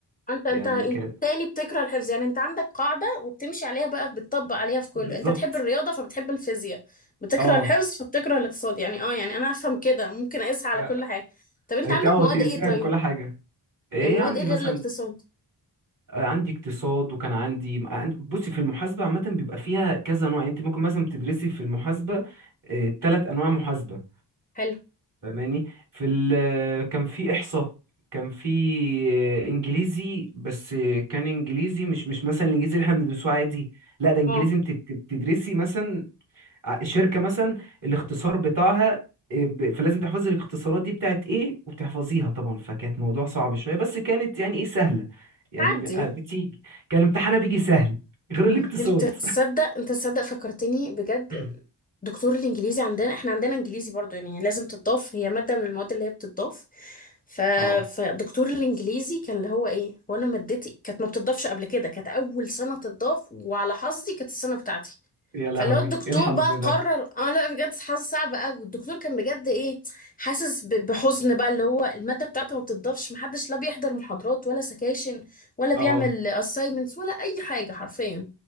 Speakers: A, on the left (about 20°); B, on the right (about 50°).
A: انت انت
B: يعني
A: انت
B: كانت
A: تاني بتكره الحفظ يعني انت عندك قاعدة وبتمشي عليها بقى بتطبق عليها في كله
B: بالظبط
A: انت بتحب الرياضة فبتحب الفيزياء بتكره
B: اه
A: الحفظ فبتكره الاقتصاد يعني اه يعني انا افهم كده ممكن اقيسها على
B: اه
A: كل حاجة طب انت
B: آه،
A: عندك
B: ت- آه،
A: مواد
B: تقيسيها
A: ايه طيب
B: لكل حاجة ايه
A: يعني مواد
B: عندي
A: ايه غير
B: مثلا
A: الاقتصاد
B: آه، عندي اقتصاد وكان عندي عن- بصي في المحاسبة عامة بيبقى فيها كذا نوع يعني انت ممكن مثلا بتدرسي في المحاسبة ثلاث انواع محاسبة
A: حلو
B: فاهماني في ال كان في احصاء كان في آه، انجليزي بس آه، كان انجليزي مش مش مثلا الانجليزي اللي احنا بندرسوه عادي لا ده انجليزي
A: اه
B: انت بت- بتدرسي مثلا ع- الشركة مثلا الاختصار بتاعها إيه، ب- فلازم تحفظي الاختصارات دي بتاعت ايه وتحفظيها طبعا فكانت موضوع صعب شوية بس كانت يعني ايه سهلة يعني
A: عدي
B: ب- آه، بتيجي كان امتحانها بيجي سهل غير الاقتصاد
A: انت تصدق انت تصدق فكرتني بجد
B: <laughs> <coughs>
A: دكتور الانجليزي عندنا احنا عندنا انجليزي برضو يعني لازم تضاف هي مادة من المواد اللي هي بتضاف ف...
B: اه
A: فدكتور الانجليزي كان اللي هو ايه وانا مادتي كانت ما بتضافش قبل كده كانت اول سنة تضاف وعلى حظي كانت السنة بتاعتي
B: يا لهوي
A: فاللي هو الدكتور
B: ايه الحظ
A: بقى
B: ده
A: قرر اه لا بجد حاسه صعب قوي والدكتور كان بجد ايه حاسس ب- بحزن بقى اللي هو الماده بتاعته ما بتضافش محدش لا بيحضر محاضرات ولا سكاشن ولا بيعمل
B: اه
A: assignments ولا اي حاجه حرفيا